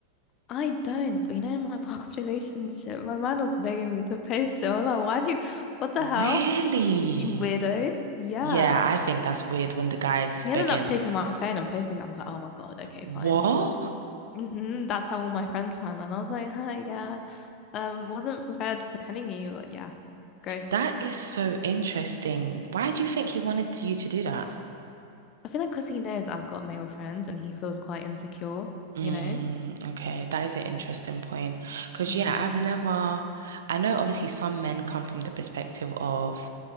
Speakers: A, on the left; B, on the right.
A: I don't, but you know, in my past <laughs> relationship, my man was begging me to post it. I was like, why'd you, what the hell?
B: Really?
A: You weirdo. Yeah.
B: Yeah, I think that's weird when the guy's
A: He
B: begging.
A: ended up taking my phone and posting it. I was like, oh my God, okay,
B: What?
A: fine. hmm That's how all my friends found out. And I was like, hi, yeah. Um, wasn't prepared for telling you, but yeah, gross.
B: That is so interesting. Why do you think he wanted you to do that?
A: I feel like because he knows I've got male friends and he feels quite insecure,
B: Mm,
A: you know?
B: okay, that is an interesting point. Because,
A: Mm-hmm.
B: yeah, I've never, I know obviously some men come from the perspective of